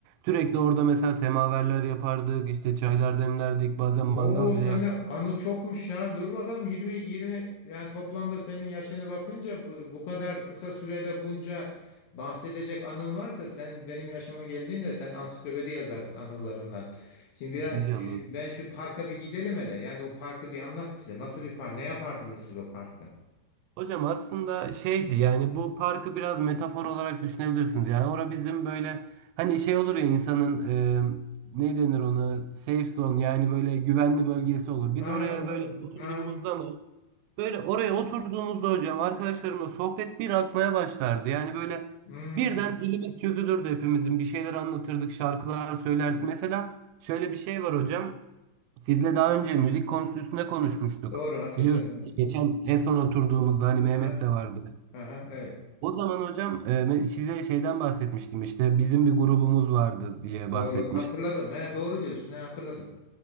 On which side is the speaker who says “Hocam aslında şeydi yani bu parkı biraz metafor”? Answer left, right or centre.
Right